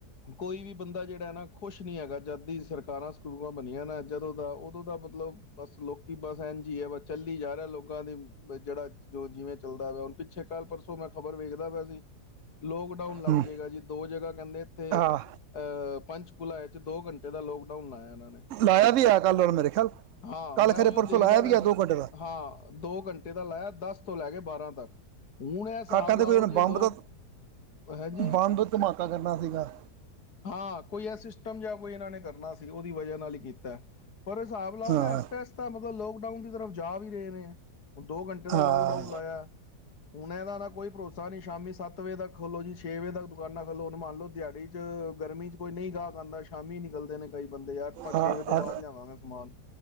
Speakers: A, on the left; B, on the right.
A: ਕੋ ਕੋਈ ਵੀ ਬੰਦਾ ਜਿਹੜਾ ਹੈ ਨਾ। ਖੁਸ਼ ਨੀ ਹੈਗਾ, ਜਦ ਦੀ ਸਰਕਾਰਾਂ ਬਣੀਆਂ ਨਾ ਜਦੋਂ ਦਾ ਉਦੋਂ ਦਾ ਮਤਲਬ, ਬਸ ਲੋਕੀ ਬਸ ਐਝ ਹੈ ਬਸ ਚੱਲ। ਚੱਲੀ ਜਾ ਰਿਹਾ ਲੋਕਾਂ ਦੀ ਜਿਹੜਾ ਜੋ ਜਿਵੇਂ ਚੱਲਦਾ। <inaudible> ਦਾ ਲੋਭੀ। <inaudible> ਪਿੱਛੇ ਕੱਲ ਪਰਸੋਂ ਮੈਂ ਖ਼ਬਰ ਵੇਖਦਾ ਪਿਆ ਸੀ। ਲੋਕਡਾਊਨ ਲੱਗ
B: ਹੂੰ
A: ਜਾਏਗਾ ਜੀ ਦੋ ਜਗ੍ਹਾ ਕਹਿੰਦੇ ਇੱਥੇ
B: ਹਾਂ
A: ਅਹ ਪੰਚਕੁਲਾ ਹੈ ਦੋ ਘੰਟੇ ਦਾ ਲੋਕਡਾਊਨ। ਲੋਕਡਾਊਨ ਲਾਇਆ ਨਾ। ਮੈਂ
B: ਲਾਇਆ ਵੀ ਆ ਕੱਲ੍ਹ ਹੁਣ ਮੇਰੇ ਖਿਆਲ
A: ਹਾਂ
B: ਕੱਲ੍ਹ
A: ਮੈਂ
B: ਖਰੇ
A: ਉਹ ਜੋ
B: ਪਰਸੋਂ
A: ਦੇਖਦਾ
B: ਲਾਇਆ
A: ਹੋਇਆ
B: ਵੀ ਆ
A: ਸੀ
B: ਦੋ ਘੰਟੇ ਦਾ
A: ਹਾਂ ਦੋ ਘੰਟੇ ਦਾ ਲਾਇਆ ਦਸ ਤੋਂ ਲੈ ਕੇ ਬਾਰਾਂ ਤੱਕ ਹੁਣ ਇਹ ਹਿਸਾਬ
B: ਹਾਂ ਕਹਿੰਦੇ
A: ਲਾਓ
B: ਕੋਈ ਉਹਨੇ
A: ਜੇ
B: ਬੰਬ
A: ਲੋਕ।
B: ਦਾ
A: ਹੈਂਜੀ।
B: ਬੰਬ ਧਮਾਕਾ ਕਰਨਾ ਸੀਗਾ।
A: ਹਾਂ ਕੋਈ ਇਹ ਸਿਸਟਮ ਜਾਂ ਕੋਈ ਇਹਨਾਂ ਨੇ ਕਰਨਾ ਸੀ ਉਹਦੀ ਵਜ੍ਹਾ ਨਾਲ ਹੀ ਕੀਤਾ। ਪਰ ਹਿਸਾਬ ਲਾਓ
B: ਹਾਂ
A: ਨਾ ਇਸਤਾ ਇਸਤਾ ਮਤਲਬ ਲੋਕ। ਲੋਕਡਾਊਨ ਦੀ ਤਰਫ਼ ਜਾ ਵੀ ਰਹੇ ਨੇ ਹੈ। ਹੁਣ ਦੋ ਘੰਟੇ ਦਾ
B: ਹਾਂ
A: ਲੋਕਡਾਊਨ ਲਾਇਆ ਹੁਣ ਇਹ ਦਾ ਤਾਂ ਕੋਈ ਭਰੋਸਾ ਨਹੀਂ ਸ਼ਾਮੀ ਸੱਤ। ਸੱਤ ਵਜੇ ਤੱਕ ਖੋਲੋ ਜੀ ਛੇ ਵਜੇ ਤੱਕ ਦੁਕਾਨਾਂ ਖੋਲਲੋ ਮੰਨ ਲੋ ਦਿਹਾੜੀ। ਚ ਗਰਮੀ ਚ। ਕੋਈ ਨਹੀਂ ਗਾਹਕ ਆਂਦਾ। ਸ਼ਾਮੀ ਨਿਕਲਦੇ ਨੇ ਕਈ ਬੰਦੇ ਯਾਰ ਆਪਾਂ
B: ਹਾਂ
A: ਛੇ ਵਜੇ ਤੋਂ ਬਾਅਦ ਲਿਆਵਾਂਗੇ ਸਮਾਨ